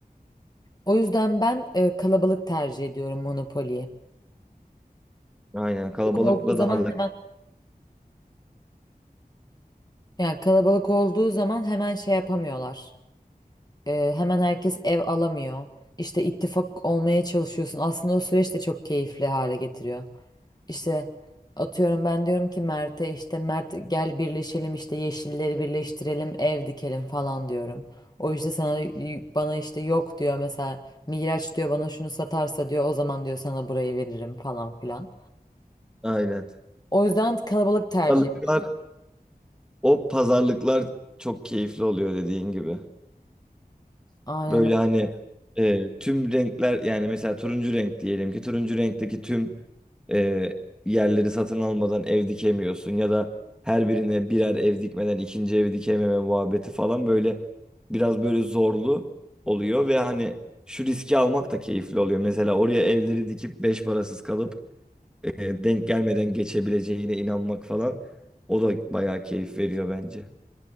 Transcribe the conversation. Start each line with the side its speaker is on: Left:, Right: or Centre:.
Left: O yüzden ben e, kalabalık tercih ediyorum Monopoly'yi.
Centre: Aynen kalabalıkla
Left: Korktuğu zaman
Centre: daha da
Left: hemen Yani kalabalık olduğu zaman hemen şey yapamıyorlar. Ee, hemen herkes ev alamıyor. İşte ittifak olmaya çalışıyorsun. Aslında o süreç de çok keyifli hale getiriyor. İşte atıyorum ben diyorum ki Mert'e işte Mert gel birleşelim işte yeşilleri birleştirelim ev dikelim falan diyorum. O işte sana bana işte yok diyor mesela Miraç diyor bana şunu satarsa diyor o zaman diyor sana burayı veririm falan filan.
Centre: aynen.
Left: O yüzden kalabalık tercih.
Centre: Pazarlıklar, o pazarlıklar çok keyifli oluyor dediğin gibi.
Left: Aynen
Centre: Böyle hani e, tüm renkler yani mesela turuncu renk diyelim ki turuncu renkteki tüm e, yerleri satın almadan ev dikemiyorsun ya da her birine birer ev dikmeden ikinci evi dikememe muhabbeti falan böyle biraz böyle zorlu oluyor ve hani şu riski almak da keyifli oluyor. Mesela oraya evleri dikip beş parasız kalıp e, denk gelmeden geçebileceğine inanmak falan o da bayağı keyif veriyor bence.